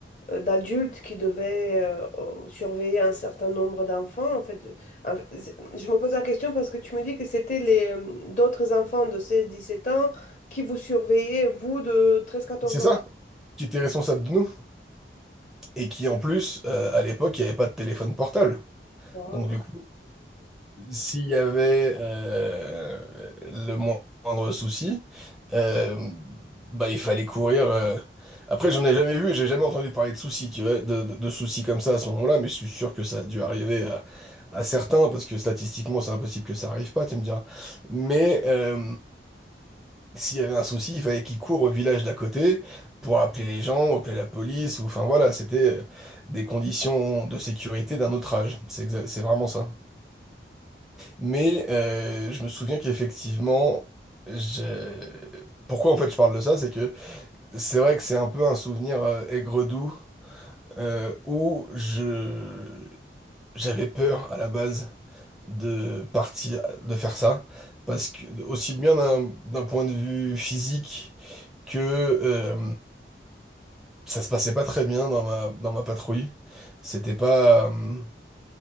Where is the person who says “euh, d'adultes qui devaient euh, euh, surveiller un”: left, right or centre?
Left